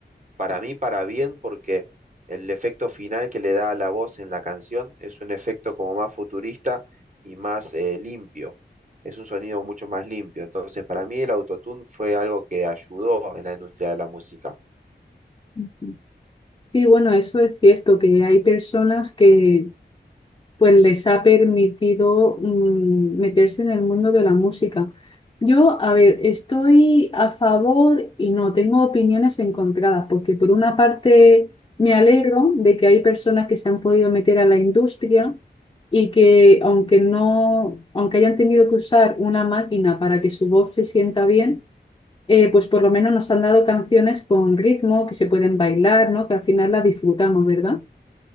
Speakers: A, on the right; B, on the left.
A: para mí, para bien, porque el efecto final que le da a la voz en la canción es un efecto como más futurista y más eh, limpio. Es un sonido mucho más limpio. Entonces, para mí el autotune fue algo que ayudó en la industria de la música.
B: Ujú. Sí, bueno, eso es cierto, que hay personas que pues les ha permitido mm, meterse en el mundo de la música. Yo, a ver, estoy a favor y no, tengo opiniones encontradas, porque por una parte me alegro de que hay personas que se han podido meter a la industria y que aunque no, aunque hayan tenido que usar una máquina para que su voz se sienta bien, eh, pues por lo menos nos han dado canciones con ritmo, que se pueden bailar, ¿no? Que al final las disfrutamos, ¿verdad?